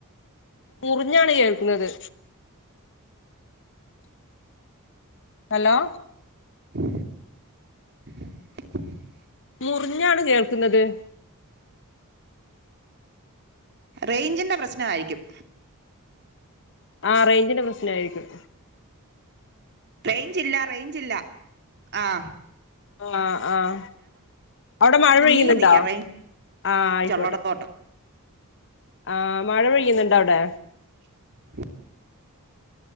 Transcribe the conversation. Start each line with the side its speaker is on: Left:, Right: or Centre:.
Left: മുറിഞ്ഞാണ് കേൾക്കിന്നത് ഹലോ
Right: <unintelligible>
Left: മുറിഞ്ഞാണ് കേൾക്കിന്നത്
Right: റേഞ്ചിന്റെ പ്രശ്നായിരിക്കും
Left: ആഹ റേഞ്ചിന്റെ പ്രശ്നായിരിക്കും
Right: റേഞ്ച് ഇല്ല റേഞ്ച് ഇല്ല ആഹ്‌
Left: ആഹ്‌ ആഹ്‌ അവ്ടെ മഴ പെയ്യിന്നിണ്ടോ
Right: നീങ്ങി നിക്കാം റേഞ്ച്
Left: ആഹ്‌ അയ്ക്കോട്ടെ
Right: ഉള്ളടത്തോട്ട്
Left: ആഹ്‌ മഴ പെയ്യിന്നിണ്ടോ അവിടെ
Right: <inaudible>